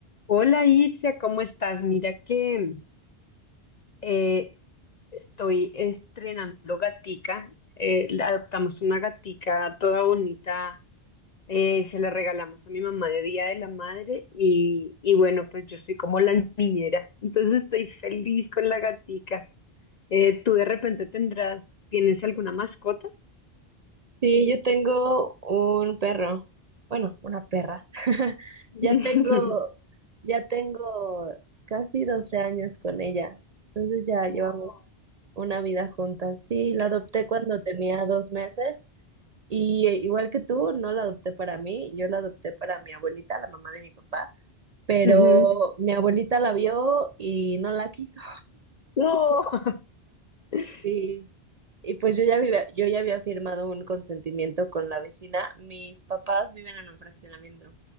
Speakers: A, on the left (about 50°); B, on the right (about 50°).
A: Hola Itzia, ¿cómo estás? Mira que eh, estoy estrenando gatica. eh, la- adoptamos una gatica toda bonita, eh, se la regalamos a mi mamá de Día de la Madre y, y bueno, pues yo soy como la niñera, entonces estoy feliz con la gatica. Eh, ¿tú de repente tendrás, tienes alguna mascota?
B: Sí, yo tengo un perro. Bueno, una perra. <laughs>
A: <laughs>
B: Ya tengo, ya tengo casi 12 años con ella. Entonces ya llevamos
A: Wow.
B: una vida juntas. Sí, la adopté cuando tenía dos meses y eh, igual que tú, no la adopté para mí, yo la adopté para mi abuelita, la mamá de mi papá, pero
A: ujú,
B: mi abuelita la vio y no la quiso.
A: No. <laughs>
B: <laughs> Y pues yo ya había, yo ya había firmado un consentimiento con la vecina. Mis papás viven en un fraccionamiento